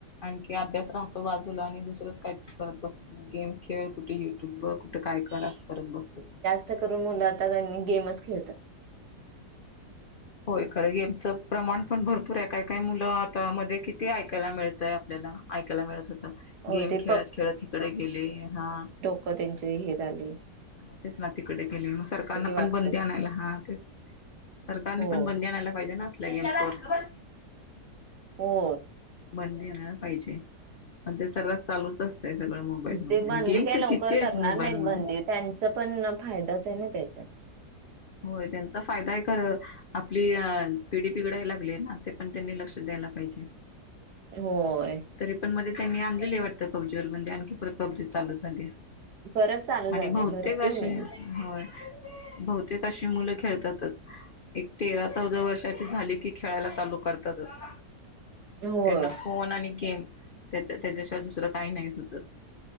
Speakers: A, on the left; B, on the right.
A: आणखी अभ्यास राहतो बाजूला आणि दुसरंच काहीतरी करत बसतो गेम खेळ कुठे युट्यूब बघ. काय कर असं करत बसत. <unintelligible>
B: जास्त करून मुलं आता गेमच खेळतात.
A: होय खरं गेमचं प्रमाण पण भरपूर आहे काय काय मुलं आता मध्ये किती ऐकायला मिळतय आपल्याला <unintelligible> ऐकायला मिळत होत
B: हो
A: गेम
B: ते
A: खेळत खेळत हिकडे गेले हा
B: मी त्यांचे हे झाले.
A: हा तेच ना तिकडे गेली मग सरकारनं
B: वागतात
A: पण बंदी आणायला हा तेच सरकारनी
B: हो
A: पण बंदी आणायला पाहिजे ना असल्या गेमवर
B: हो
A: बंदी आणयला पाहिजे पण ते सगळ चालूच असत सगळं मोबाईल मध्ये
B: ते बंदी
A: आणि गेम
B: काही
A: तर
B: लवकर
A: किती आहेत
B: करणार
A: मोबाईल
B: नाहीत
A: मध्ये
B: बंदी त्यांचा पण फायदाच आहे ना त्याच्यात <unintelligible>
A: होय त्यांचा फायदा आहे खरं आपली पिडी बिघडाया लागली आहे ना ते पण त्यांनी लक्ष द्यायला पाहिजे.
B: होय.
A: तरी पण मध्ये त्यांनी आणलेली वाटतं पब्जीवर म्हणजे आणखी परत पब्जी चालू झाली.
B: परत चालू
A: आणि
B: झाले
A: बहुतेक
B: भरपूर
A: अशी
B: म्हणजे
A: होय बहु तेक तशी मुलं खेळतातच. <unintelligible> एक तेरा चौदा वर्षाची झाली की खेळायला चालू करतातच
B: होय.
A: त्यांना फोन आणि गेम त्या त्याच्याशिवाय दुसरं काही नाही सुचत